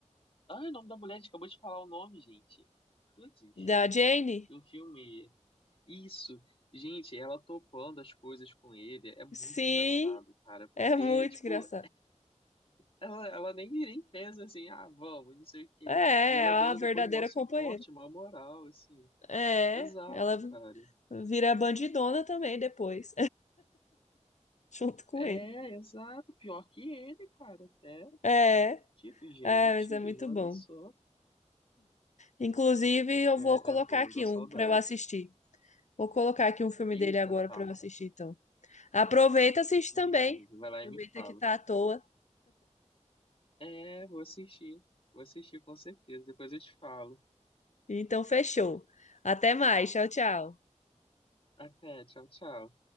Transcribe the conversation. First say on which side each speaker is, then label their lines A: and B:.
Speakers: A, on the left (about 45°); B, on the left (about 70°).
A: Ai, o nome da mulher, a gente acabou de falar o nome, gente. Cruzes,
B: Da Jane?
A: do filme. Isso, gente, ela topando as coisas com ele é muito
B: Sim,
A: engraçado, cara, porque,
B: é muito
A: tipo,
B: engraçado.
A: ela, ela nem, nem pensa assim, ah, vamos, não sei o quê.
B: É,
A: E ela
B: é a
A: dando
B: verdadeira
A: depois maior suporte,
B: companheira.
A: maior moral, assim.
B: É,
A: Exato,
B: ela
A: cara.
B: vira bandidona também depois, <laughs> junto com
A: É,
B: ele.
A: exato. Pior que ele, cara, até.
B: É,
A: Tipo, gente,
B: é, mas é muito
A: olha
B: bom.
A: só.
B: Inclusive, eu
A: É,
B: vou colocar
A: é bom,
B: aqui
A: deu saudade.
B: um para eu assistir. Vou colocar aqui um filme dele
A: Eita,
B: agora
A: tá.
B: para eu assistir, então. Aproveita, e assiste
A: Beleza.
B: também.
A: Vai lá
B: Aproveita
A: e me fala.
B: que tá à toa.
A: É, vou assistir. Vou assistir com certeza. Depois eu te falo.
B: Então, fechou. Até mais. Tchau, tchau.
A: Até. Tchau, tchau.